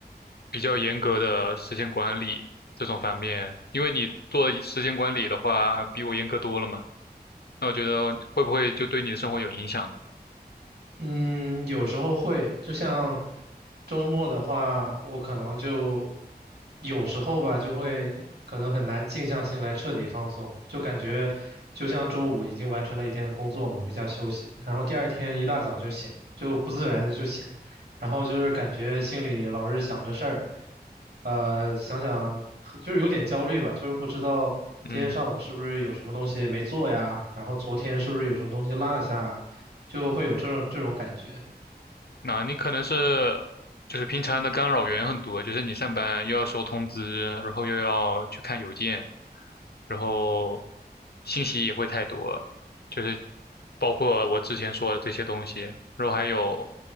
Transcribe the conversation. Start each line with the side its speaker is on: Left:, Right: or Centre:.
Left: 比较严格的时间管理这种方面？因为你做时间管理的话，比我严格多了嘛，那我觉得会不会就对你的生活有影响呢？
Right: 嗯，有时候会，就像周末的话，我可能就有时候吧，就会可能很难静下心来彻底放松，就感觉就像周五已经完成了一天的工作嘛，回家休息，然后第二天一大早就醒，就不自然的就醒，然后就是感觉心里老是想着事儿，呃，想想就是有点焦虑吧，就是不知道今天上午是不是有什么东西没做呀，
Left: 嗯
Right: 然后昨天是不是有什么东西落下。就会有这种这种感觉。
Left: 那你可能是就是平常的干扰源很多，就是你上班又要收通知，然后又要去看邮件，然后信息也会太多，就是包括我之前说的这些东西，然后还有